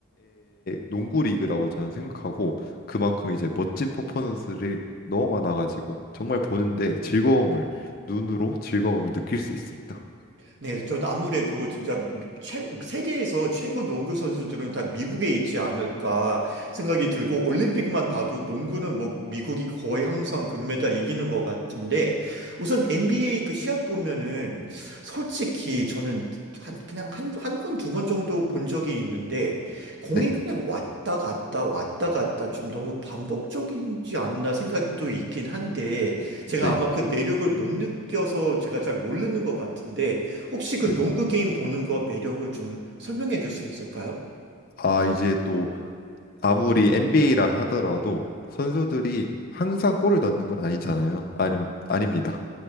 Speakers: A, on the left; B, on the right.
A: 농구 리그라고 저는 생각하고 그만큼 이제 멋진 퍼포먼스들이 너무 많아가지고 정말 보는데 즐거움을, 눈으로 즐거움을 느낄 수 있습니다.
B: 네, 전 아무래도 진짜 최, 세계에서 최고 농구 선수들은 다 미국에 있지 않을까 생각이 들고 올림픽만 봐도 농구는 뭐 미국이 거의 항상 금메달 이기는 것 같은데 우선 NBA 그 시합 보면은 솔직히 저는 한, 그냥 한, 한 번, 두 번 정도 본 적이 있는데 공이
A: 네,
B: 그냥 왔다 갔다 왔다 갔다 좀 너무 반복적이지 않나 생각도 있긴 한데 제가
A: 네,
B: 아마 그 매력을 못 느껴서 제가 잘 모르는 것 같은데 혹시 그
A: 네.
B: 농구 게임 보는 거 매력을 좀 설명해 줄 수 있을까요?
A: 아, 이제 아무리 NBA라 하더라도 선수들이 항상 골을 넣는 건 아니잖아요. 아니, 아닙니다.